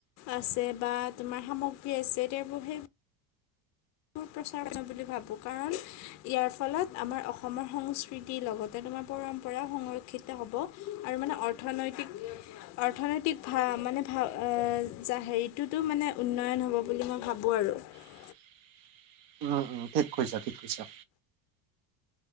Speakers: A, on the left; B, on the right.
A: আছে বা তোমাৰ সামগ্ৰী আছে তেওঁৰ সেই প্ৰচাৰ বুলি ভাবোঁ কাৰণ ইয়াৰ ফলত আমাৰ অসমৰ সংস্কৃতিৰ লগতে তোমাৰ পৰম্পৰা সংৰক্ষিত হ'ব আৰু মানে অৰ্থনৈতিক। অৰ্থনৈতিক ভা মানে ভা হেৰিটোতো মানে উন্নয়ন হ'ব বুলি মই ভাবোঁ আৰু। আৰু
B: <unintelligible> উম উম ঠিক কৈছা ঠিক কৈছা